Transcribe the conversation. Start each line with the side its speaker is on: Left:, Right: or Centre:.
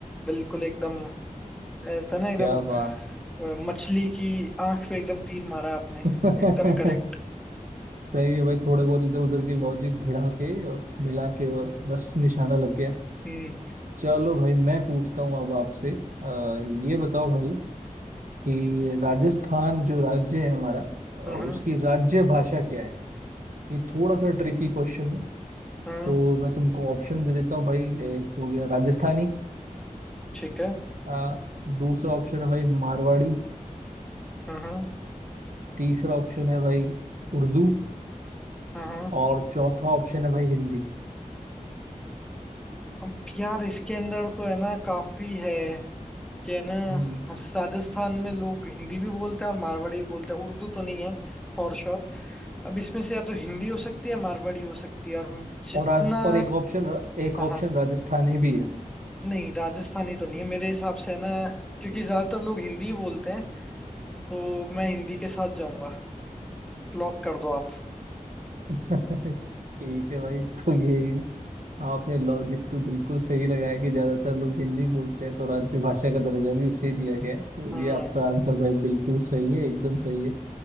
Centre: बिल्कुल एकदम अ, था ना एकदम
Right: क्या बात
Centre: अ, मछली की आंख पे एकदम तीर मारा आपने
Right: <laughs>
Centre: एकदम करेक्ट
Right: सही है भाई थोड़े बहुत इधर उधर के लॉजिक भिड़ा के और मिला के और बस निशाना लग गया
Centre: हम्म
Right: चलो भाई मैं पूछता हूँ अब आपसे अ, ये बताओ भाई कि राजस्थान जो राज्य है हमारा अ, उसकी
Centre: हम्म
Right: राज्य भाषा क्या है ये थोड़ा सा ट्रिकी क्वेश्चन है
Centre: हम्म
Right: तो मैं तुमको ऑप्शन दे देता हूँ भाई एक हो गया राजस्थानी
Centre: ठीक है
Right: आ, दूसरा ऑप्शन है भाई मारवाड़ी
Centre: हम्म हम्म
Right: तीसरा ऑप्शन है भाई उर्दू
Centre: हम्म।
Right: और चौथा ऑप्शन है भाई हिंदी
Centre: अब यार इसके अंदर तो है ना काफी है कि है ना
Right: हम्म,
Centre: राजस्थान में लोग हिंदी भी बोलते हैं और मारवाड़ी भी बोलते हैं उर्दू तो नहीं है फॉर श्योर अब इसमें से या तो हिंदी हो सकती है या मारवाड़ी हो सकती है और जितना
Right: और आज और एक ऑप्शन एक
Centre: हाँ
Right: ऑप्शन
Centre: हाँ
Right: राजस्थानी भी है
Centre: नहीं राजस्थानी तो नहीं है मेरे हिसाब से है ना क्योंकि ज्यादातर लोग हिंदी ही बोलते हैं तो मैं हिंदी के साथ जाऊंगा लॉक कर दो आप
Right: <laughs> ठीक है भाई तो ये आपने लॉजिक तो बिल्कुल सही लगाया कि ज्यादातर लोग हिंदी बोलते हैं तो राज्य भाषा का दर्जा भी उसे दिया गया है तो
Centre: हम्म
Right: ये आपका आंसर भाई बिल्कुल सही है एकदम सही है